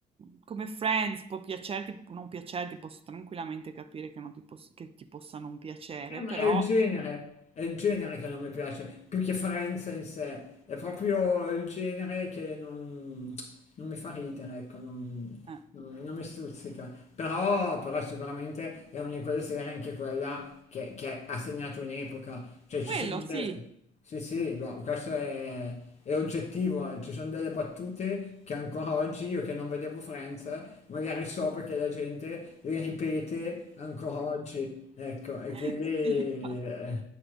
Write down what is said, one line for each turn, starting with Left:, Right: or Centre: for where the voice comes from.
Right: Come Friends può piacerti, può non piacerti, posso tranquillamente capire che, non ti, poss- che ti possa non piacere,
Left: Eh, ma
Right: però
Left: È il genere, è il genere che non mi piace, più che Friends in sé, è proprio il genere che non, non mi fa ridere, ecco, non,
Right: eh.
Left: non- non mi stuzzica. Però, però sicuramente è una di quelle serie anche quella che, che ha segnato un'epoca, cioè ci
Right: Quello
Left: sono
Right: sì.
Left: delle... Sì, sì, no, questo è, è oggettivo, eh. ci sono delle battute che ancora oggi io che non vedevo Friends, magari so perché la gente le ripete ancora oggi, ecco, e
Right: <laughs>
Left: quindi eh,
Right: Sì, infatti.